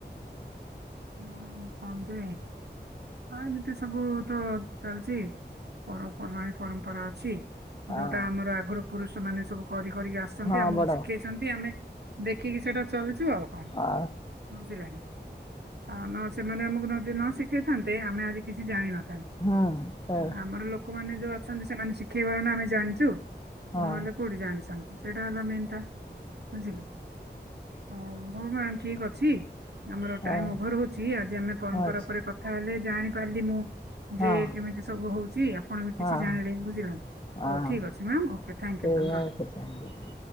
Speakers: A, on the right (about 65°); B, on the left (about 25°).
A: <unintelligible> ଏମିତି ସବୁ ତ ଚାଲିଛି। ପର୍ବ ପର୍ବାଣି ପରମ୍ପରା ଅଛି
B: ହଁ
A: ଯୋଉଟା ଆମର ଆଗରୁ ପୁରୁଷମାନେ ସବୁ କରି କରିକି ଆସ ସନ୍ତି
B: ହଁ
A: ଆମକୁ
B: ବଡ଼
A: ଶିଖେଇଛନ୍ତି ଆମେ ଦେଖିକି ସେଟା ଚାଲିଛୁ ଆଉ କଣ।
B: ଆ
A: <inaudible> ଆଉ ସେମାନେ ଆମକୁ ଯଦି ନ ଶିଖେଇଥାନ୍ତେ ଆମେ ଆଜି କିଛି ଜାଣିନଥାନ୍ତେ।
B: ହୁଁ ସେ
A: ଆମର ଲୋକମାନେ ଯୋଉ ଅଛନ୍ତି ସେମାନେ ଶିଖେଇବାରୁ ନା ଆମେ ଜାଣିଛୁ।
B: ହଁ
A: ନହେଲେ କୋଉଠି ଜାଣି ସା ସେଇଟା ହେଲା ମେନ୍ ଟା ବୁଝିଲ। ହଉ ହଉ ମା ଠିକ ଅଛି। ଆମର
B: ହଁ
A: ଟାଇମ ଓଭର ହଉଛି ଆଜି ଆମେ ପରମ୍ପରା
B: ଆଚ୍ଛା
A: ଉପରେ କଥା ହେଲେ ଜାଣି ପାରିଲି ମୁଁ
B: ହଁ
A: ଯେ କେମିତି ସବୁ ହଉଛି ଆପଣ ବି
B: ହଁ
A: କିଛି ଜାଣିଲେ ବୁଝିଲ।
B: ହଁ ହଁ
A: ହଉ ଠିକ୍ ଅଛି ମ୍ୟାମ ଓକେ ଥ୍ୟାଙ୍କୟୁ
B: ଠିକ୍
A: ମ୍ୟାମ ରହିଲି।
B: ଅଛି